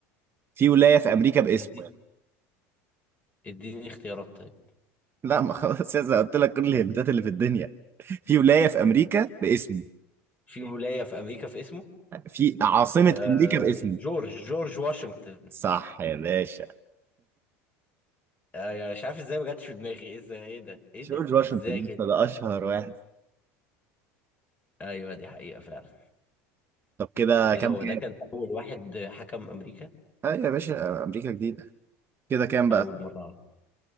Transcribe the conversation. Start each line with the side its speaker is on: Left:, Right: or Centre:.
Right: في ولاية في أمريكا باسمه
Left: إدي-
Right: يعني
Left: اديني اختيارات طيب
Right: لا ما خلاص يا اسطى قلت لك كل الهنتات اللي في الدنيا في ولاية في أمريكا باسمه
Left: في ولايه في امريكا في اسمه
Right: في عاصمة
Left: آه،
Right: أمريكا باسمه
Left: جورج جورج واشنطن
Right: صح يا باشا
Left: آه، مش عارف ازاي ما جاتش في دماغي ازاي ايه ده ايه
Right: جورج
Left: ده
Right: واشنطن
Left: ازاي
Right: يا
Left: كده
Right: اسطى ده أشهر واحد
Left: ايوه دي حقيقه فعلا
Right: طب كده
Left: ايه
Right: كام
Left: ده هو
Right: كام؟
Left: ده كان اول واحد حكم امريكا
Right: أيوة يا باشا أمريكا جديدة كده كام بقى؟
Left: اول مره